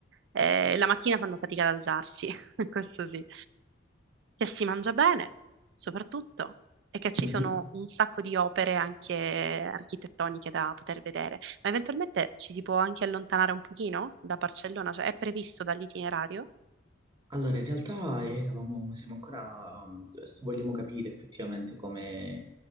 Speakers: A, on the right; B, on the right.
A: Eh, la mattina fanno fatica ad alzarsi, <laughs> questo sì. Che si mangia bene, soprattutto, e che ci
B: Mhm.
A: sono un sacco di opere anche architettoniche da poter vedere. Ma eventualmente ci si può anche allontanare un pochino da Barcellona, cioè è previsto dall'itinerario?
B: Allora, in realtà eravamo, siamo ancora, mm, vogliamo capire effettivamente come,